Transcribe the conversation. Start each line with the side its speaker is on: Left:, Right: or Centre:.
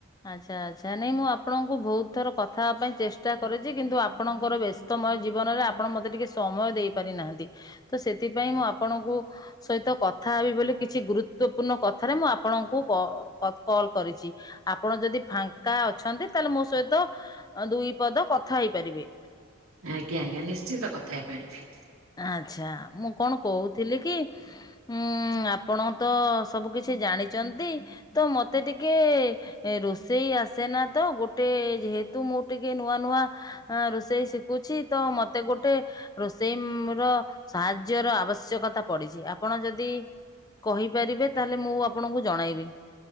Left: ଆଚ୍ଛା ଆଚ୍ଛା ନାଇଁ ମୁଁ ଆପଣଙ୍କୁ ବହୁତ ଥର କଥାବା ପାଇଁ ଚେଷ୍ଟା କରିଛି କିନ୍ତୁ ଆପଣଙ୍କର ବ୍ୟସ୍ତ ତମ ଜୀବନରେ ଆପଣ ମତେ ଟିକେ ସମୟ ଦେଇ ପାରିନାହାନ୍ତି ତ ସେଥିପାଇଁ ମୁଁ ଆପଣଙ୍କୁ ସହିତ କଥାବି ବୋଲି କିଛି ଗୁରୁତଵପୂର୍ଣ୍ଣ କଥାରେ ମୁଁ ଆପଣଙ୍କୁ କ କଲ କରିଛି। ଆପଣ ଯଦି ଫାଙ୍କା ଅଛନ୍ତି ତାହେଲେ ମୋ ସହିତ ଦୁଇ ପଦ କଥା ହେଇପାରିବେ।
Right: ଆଜ୍ଞା ଆଜ୍ଞା ନିଶ୍ଚିନ୍ତ କଥା ହେଇପାରିବି।
Left: ଆଚ୍ଛା ମୁଁ କଣ କହୁଥିଲି କି ଉଁ ଆପଣ ତ ସବୁ କିଛି ଜାଣିଛନ୍ତି ତ ମତେ ଟିକେ ରୋଷେଇ ଆସେ ନା ତ ଗୋଟେ ଯେହେତୁ ମୁଁ ଟିକେ ନୂଆ ନୂଆ ରୋଷେଇ ଶିଖୁଛି ତ ମତେ ଗୋଟେ ରୋଷେଇ ର ସାହାଯ୍ୟ ର ଆବଶ୍ୟକତା ପଡିଛି ଆପଣ ଯଦି କହିପାରିବେ ତାହେଲେ ମୁଁ ଆପଣଙ୍କୁ ଜଣେଇବି।